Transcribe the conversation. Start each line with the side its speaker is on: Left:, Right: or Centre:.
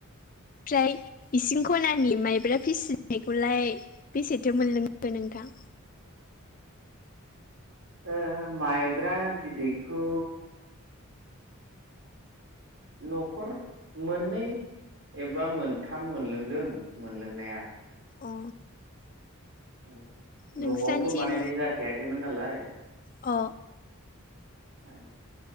Left: ओमफ्राय इसिं खनानि माइब्रा फिसिनायखौलाय बेसेथो मोनलोंखो नोंथां
Right: ओ- माइब्रा बिदैखौ न'खर मोननै एबा मोनथाम मोनलोंदों मोनलोंनाया
Left: अ
Right: अ
Left: नोंस्रानिथिं
Right: न'आवथ' बानायनाय जाखायाखैमोन नालाय
Left: अ
Right: औ